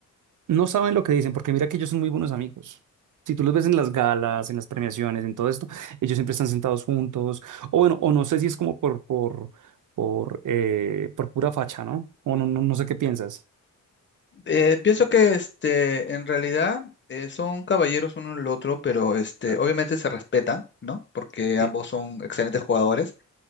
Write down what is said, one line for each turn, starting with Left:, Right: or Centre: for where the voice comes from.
Right: no saben lo que dicen, porque mira que ellos son muy buenos amigos. Si tú los ves en las galas, en las premiaciones, en todo esto, ellos siempre están sentados juntos. O bueno, o no sé si es como por, por, por, eh, por pura facha, ¿no? O no, no, no sé qué piensas.
Left: Eh, pienso que este, en realidad eh, son caballeros uno el otro, pero este,
Right: Claro.
Left: obviamente se respetan, ¿no? Porque
Right: Sí,
Left: ambos son excelentes jugadores.